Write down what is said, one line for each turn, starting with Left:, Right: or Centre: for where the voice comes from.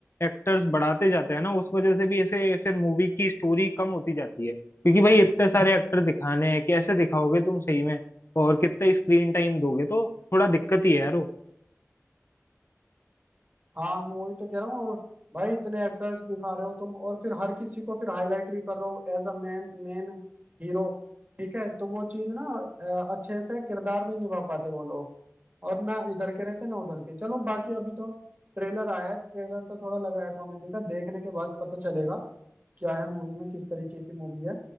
Left: एक्टर्स बढ़ाते जाते हैं ना उस वजह से भी ऐसे फिर मूवी की स्टोरी कम होती जाती है क्योंकि भाई इतने सारे एक्टर दिखाने हैं कैसे दिखाओगे तुम सही में और कितना स्क्रीन टाइम दोगे तो थोड़ा दिक्कत ही है यार वो
Right: हाँ मैं वही तो कह रहा हूँ और भाई इतने एक्टर्स दिखा रहे हो तुम और फिर हर किसी को फिर हाईलाइट भी कर रहे हो as a man main hero ठीक है तो वो चीज ना अ, अच्छे से किरदार नहीं निभा पाते वो लोग और ना इधर के रहते ना उधर के चलो बाकी अभी तो ट्रेलर आया है ट्रेलर तो थोड़ा लग रहा है कॉमेडी का देखने के बाद पता चलेगा क्या है मूवी में किस तरीके की मूवी है